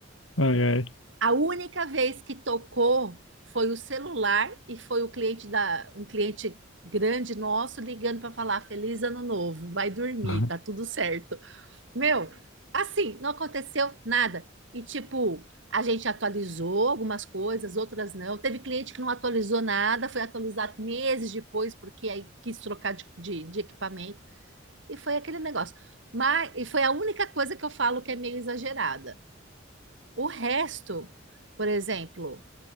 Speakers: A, on the left; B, on the right.
A: Ai, ai.
B: A única vez que tocou foi o celular e foi o cliente da um cliente grande nosso ligando para falar feliz ano novo, vai dormir,
A: Uhum.
B: tá tudo certo. Meu, assim, não aconteceu nada. E, tipo, a gente atualizou algumas coisas, outras não. Teve cliente que não atualizou nada, foi atualizar meses depois, porque aí quis trocar de, de, de equipamento. E foi aquele negócio. Mas, e foi a única coisa que eu falo que é meio exagerada. O resto, por exemplo,